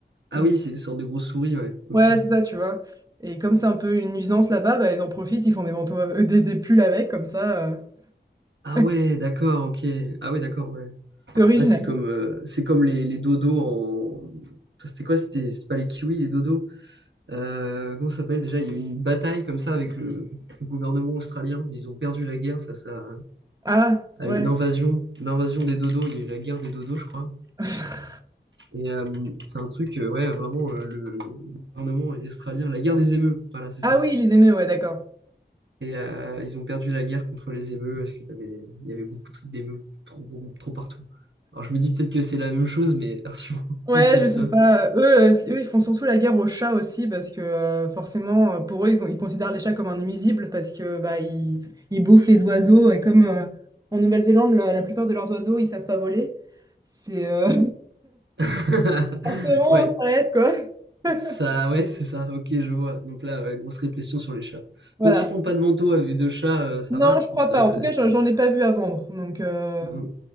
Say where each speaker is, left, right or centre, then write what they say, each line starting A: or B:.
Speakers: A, on the right; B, on the right.
A: Ah
B: mais
A: oui, c'est des sortes de grosses souris, ouais, ok.
B: Ouais, c'est ça, tu vois. Et comme c'est un peu une nuisance là-bas, bah, ils en profitent, ils font des manteaux, euh, des, des pulls avec, comme ça. euh.
A: Ah ouais,
B: <laughs>
A: d'accord, ok. Ah ouais, d'accord, ouais.
B: C'est original.
A: Ouais, c'est comme, euh, c'est comme les, les dodos en. Ça, C'était quoi? C'était c'était pas les kiwis, les dodos. Euh, comment ça s'appelle déjà? Il y a eu une bataille comme ça avec le, le gouvernement australien. Ils ont perdu la guerre face à,
B: Ah,
A: à
B: ouais.
A: une invasion, l'invasion des dodos. Il y a eu la guerre des dodos, je crois.
B: <laughs>
A: Et euh, c'est un truc, euh, ouais, vraiment, euh, le gouvernement est australien, la guerre des émeutes, voilà, c'est
B: Ah
A: ça.
B: oui, les aimaient, ouais, d'accord.
A: Et euh, ils ont perdu la guerre contre les émeutes parce qu'il y avait, il y avait beaucoup d'émeutes trop, trop partout. Alors je me dis peut-être que c'est la même chose, mais version
B: Ouais,
A: <laughs> possum.
B: je sais pas. Eux, euh, eux, ils font surtout la guerre aux chats aussi parce que euh, forcément, euh, pour eux, ils, ont- ils considèrent les chats comme un nuisible parce que bah ils, ils bouffent les oiseaux et comme euh, en Nouvelle-Zélande, la, la plupart de leurs oiseaux, ils savent pas voler. C'est euh,
A: <laughs>
B: <laughs> forcément
A: Ouais,
B: ça aide quoi. <laughs>
A: ça, ouais, c'est ça, ok, je vois. Donc là, ouais, grosse répression sur les chats.
B: Voilà.
A: Donc ils font pas de manteau avec de chat, euh, ça
B: Non,
A: va.
B: je crois
A: Mais C'est
B: pas.
A: vrai que
B: En
A: c'est.
B: tout cas, j'en j'en ai pas vu à vendre. Donc. euh,
A: Mm,